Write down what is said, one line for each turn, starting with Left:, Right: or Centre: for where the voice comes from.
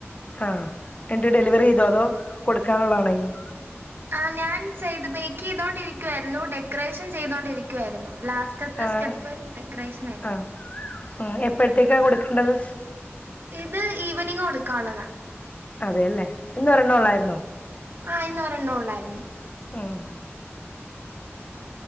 Left: ആഹ് എന്നിട്ട് ഡെലിവറി ചെയ്തോ അതോ കൊടുക്കാനുള്ളതാണോ ഇനി
Right: ആഹ് ഞാൻ ചെയ്ത് ബേക്കേയ്തോണ്ടിരിക്കുവായിരുന്നു ഡെക്കറേഷൻ ചെയ്തോണ്ടിരിക്കുവായിരുന്നു ലാസ് റ്റത്തെ
Left: ആഹ്
Right: സ്റ്റെപ്പ് ഡെക്കറേഷൻ ആയിരുന്നു
Left: ആഹ് ഉം എപ്പോഴത്തേക്കാ കൊടുക്കേണ്ടത്
Right: ഇത് ഈവനിങ് കൊടുക്കാനുള്ളതാ
Left: അതെലേ ഇന്നൊരെണ്ണോള്ളായിരുന്നോ
Right: ആഹ് ഇന്നൊരെണ്ണം ഉള്ളായിരുന്നു
Left: ഉം